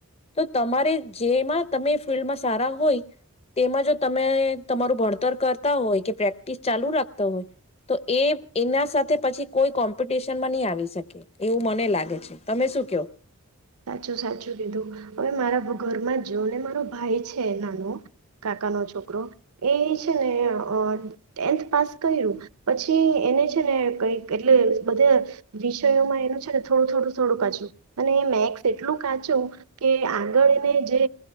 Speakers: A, on the left; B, on the right.
A: તો તમારે જેમાં તમે ફિલ્ડમાં સારા હોય તેમાં જો તમે તમારું ભણતર કરતા હોય કે પ્રેક્ટિસ ચાલુ રાખતા હોય તો એ એના સાથે પછી કોઈ કોમ્પિટિશનમાં ની આવી શકે એવું મને લાગે છે. તમે શું કેવ?
B: સાચું સાચું દીધું હવે મારા ઘરમાં જો ને મારો ભાઈ છે નાનો કાકાનો છોકરો એ છે ને અ ટેન્થ પાસ કર્યું પછી એને છે ને કઈક એટલે બધે વિષયોમાં એનું છે ને થોડું થોડું થોડું કાચું, અને <unintelligible> એટલું કાચું કે આગળ એને જે